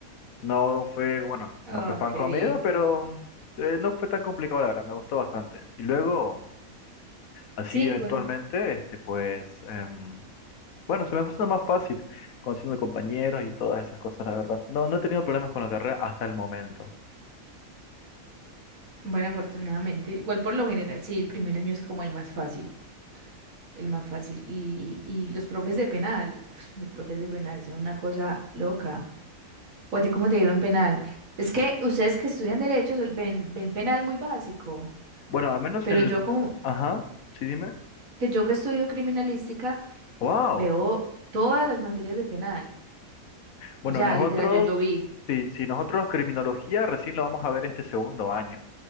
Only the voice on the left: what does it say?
No fue, bueno,
no fue pan
comida,
pero mm, eh, no fue tan complicado, la verdad, me gustó bastante. Y luego, así
eventualmente, este, pues, em, bueno, se me puso más fácil conociendo compañeros y todas esas cosas, la verdad. No, no he tenido problemas con la carrera hasta el momento.
Bueno, al menos
en el...
Ajá, sí, dime.
Wow.
Bueno,
nosotros,
sí, sí, nosotros criminología recién lo vamos a ver este segundo año.